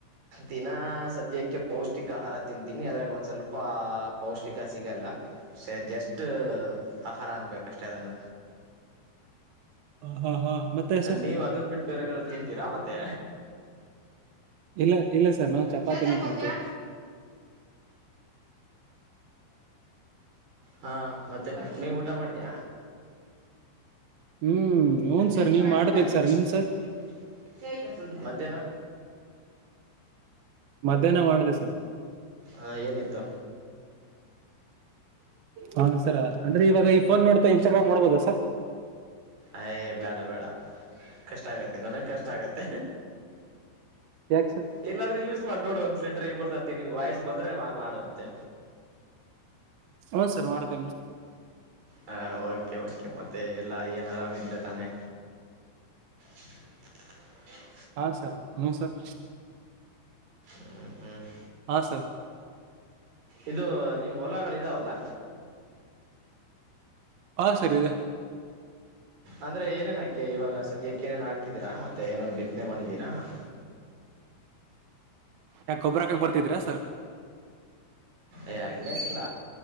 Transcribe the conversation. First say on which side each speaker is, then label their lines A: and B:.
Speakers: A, on the right (about 45°); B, on the right (about 65°).
A: ದಿನ ಸದ್ಯಕ್ಕೆ ಪೌಷ್ಟಿಕ ಆಹಾರ ತಿಂತೀನಿ ಅದ್ರಾಗ ಒಂದ್ ಸ್ವಲ್ಪ ಪೌಷ್ಟಿಕ ಸಿ ಸಿಗಲ್ಲ ಜಸ್ಟ್ ಆಹಾರ ಅನ್ನಬೇಕ ಅಷ್ಟೇ ಅದನ್ನ
B: ಹ ಹಾ ಹಾ ಮತ್ತೆ ಸರ್
A: ನೀವ್ ಅದನ್ ಬಿಟ್ಟು ಬೇರೆ ನಾರು ತಿಂತೀರಾ ಮತ್ತೆ
B: ಇಲ್ಲ ಇಲ್ಲ ಸರ್ ನಾವು ಚಪಾತಿನೇ
A: ಚೇತನ್ ಗೊತ್ತಾ
B: ತಿಂತೀ.
A: ಹಾ ಮತ್ತೆ ನೀವು ಊಟ ಮಾಡಿದಿಯಾ.
B: ಹ್ಮ್ ಹ್ಞೂ
A: ಬಟ್ಟ್ಟೆ
B: ಸರ್
A: ತೊಡ
B: ನೀವ್ ಮಾಡ್ಬೇಕು
A: ತೋಡ ಅಗೆದ ಸರ್
B: ನಿಮ್
A: <unintelligible> ಮಧ್ಯಾಹ್ನ.
B: ಮಧ್ಯಾಹ್ನ ಮಾಡಿದೆ ಸರ್.
A: ಹಾ ಏನಿತ್ತು.
B: ಹಾ ಸರ ಅಂದ್ರೆ ಇವಾಗ ಈ ಫೋನ್ ನೋಡ್ತಾ ಇನ್ಸ್ಟಾಗ್ರಾಮ್ ನೋಡ್ಬೋದಾ ಸಾರ್.
A: ಅಯ ಬೇಡ ಬೇಡ ಕಷ್ಟ ಆಗತ್ತೆ ನನಗ್ ಕಷ್ಟ ಆಗತ್ತೆ.
B: ಯಾಕೆ ಸರ್
A: ಇಲ್ಲಾದ್ರೆ ಯೂಸ್ ಮಾಡಿ ನೋಡಿ ಒಂದ ಸರಿ ಟ್ರೈ ಬರ್ತೈ. ನಿನ್ಗೆ ವಯಸ್ಸ ಬಂದ್ರೆ ಮಾಡು ಅಂತೆ.
B: ಹೂ ಸರ್ ಮಾಡ್ತೇನೆ.
A: ಹಾಂ ಓಕೆ ಓಕೆ ಮತ್ತೆ ಎಲ್ಲ ಏನು ಆರಾಮ್ದೀರಾ ತಾನೇ. <inaudible>
B: ಹಾ ಸರ್ ನೀವು ಸರ್.
A: ಹ್ಮ ಹ್ಮ್.
B: ಹಾ ಸರ್.
A: ಇದು ನಿಮ್ ಹೊಲಗಳ ಇದಾವಲ್ಲ.
B: ಹಾ ಸರಿ ಇದೆ.
A: ಅಂದ್ರೆ ಏನೇನ ಹಾಕಿಯಾ ಇವಾಗ ಸದ್ಯಕ್ಕೆ ಏನಾದಾರು ಹಾಕಿದ್ದೀರಾ ಮತ್ತೆ ಏನಾದಾರರು ಬಿತ್ತನೆ ಮಾಡಿದ್ದೀರಾ. <inaudible>
B: ಯಾಕ ಗೊಬ್ಬರ ಹಾಕಕ್ ಬರ್ತಿದ್ರಾ ಸರ್.
A: ಏ ಹಂಗನ ಇಲ್ಲ